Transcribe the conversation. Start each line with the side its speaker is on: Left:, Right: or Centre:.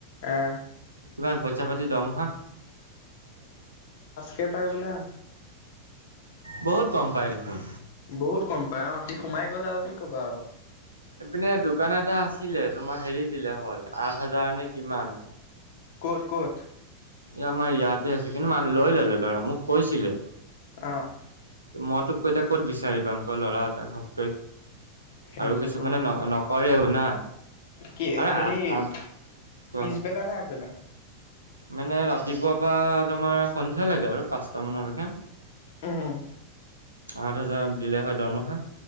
Left: আহ
Right: কিমান পইচা পাতি দৰমহা?
Left: কে পায় বোলা
Right: বহুত কম পাই দেখোন
Left: বহুত কম পায় অ সি সোমাই গ'লে আৰু কি ক'বা আৰু
Right: এইপিনে দোকান এটা আছিলে তোমাৰ হেৰি দিলে হয় আঠ হাজাৰ নে কিমান
Left: ক'ত ক'ত।
Right: এ আমাৰ ইয়াতে আছে কিন্তু মাল লৈ ললে লৰা মোক কৈছিলে।
Left: আহ।
Right: মইতোক এতিয়া ক'ত বিচাৰি পাম ক ল'ৰা এটা ঘপকৈ
Left: সেইটোতো
Right: আৰু কিছুমানে। নকৰেও না।
Left: কি
Right: আৰু
Left: হেৰি
Right: আঠ
Left: পিছবেলা
Right: কোৱা
Left: নে আগবেলা।
Right: মানে ৰাতিপুৱাৰ পৰা তোমাৰ সন্ধিয়া লৈকে আৰু পাঁচটা মানলৈকে।
Left: উম।
Right: আঠ হাজাৰ দিলে হয় দৰমহা